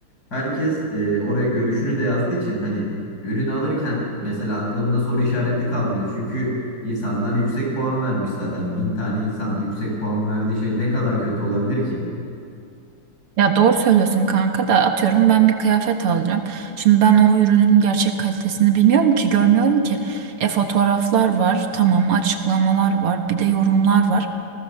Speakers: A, on the left; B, on the right.
A: herkes e, oraya görüşünü de yazdığı için hani ürün alırken mesela aklımda soru işareti kalmıyor. Çünkü insanlar yüksek puan vermiş zaten. Bin tane insan yüksek puan verdiği şey ne kadar kötü olabilir ki?
B: Ya doğru söylüyorsun kanka da atıyorum ben bir kıyafet alacağım. Şimdi ben o ürünün gerçek kalitesini bilmiyorum ki görmüyorum ki. E fotoğraflar var tamam açıklamalar var bir de yorumlar var.